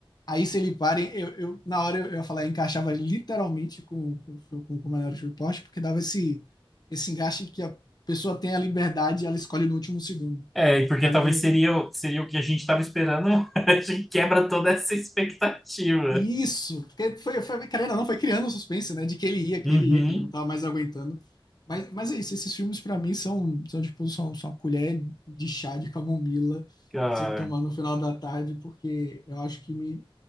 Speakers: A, on the left; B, in the centre.
A: Aí se ele para, eu, eu- na hora eu, eu ia falar, eu encaixava literalmente com, com, com, com o Minority Report, porque dava esse, esse encaixe que a pessoa tem a liberdade e ela escolhe no último segundo.
B: É, e porque
A: Pra
B: talvez
A: mim,
B: seria, o- seria o que a gente estava esperando, <laughs> a gente quebra toda essa expectativa.
A: Isso, porque foi, foi, querendo ou não, foi criando um suspense, né? De que ele ia, que
B: Uhum,
A: ele ia, que ele não tava mais aguentando. Mas, mas é isso, esses filmes pra mim são, são tipo, são, são uma colher de chá de camomila que
B: cara.
A: você toma no final da tarde, porque eu acho que me,